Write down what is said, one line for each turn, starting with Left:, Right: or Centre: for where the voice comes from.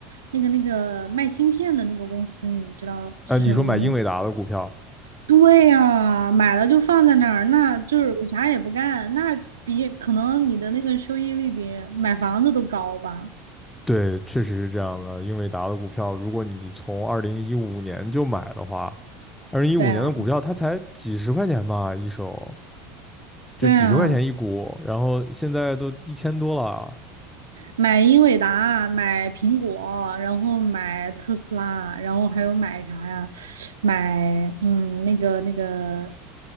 Right: 那个那个卖芯片的那个公司，你知道是什么名字吗？
Centre: 啊，你说买英伟达的股票。
Right: 对呀，买了就放在那儿，那就是我啥也不干，那比可能你的那个收益率比买房子都高吧？
Centre: 对，确实是这样的。英伟达的股票，如果你从二零一五年就买的话，二零一五年的股票它才几十块钱吧一手，
Right: 对啊，
Centre: 就几十块钱一股，
Right: 对啊，
Centre: 然后现在都一千多了。
Right: 买英伟达，买苹果，然后买特斯拉，然后还有买啥呀？买嗯，那个那个，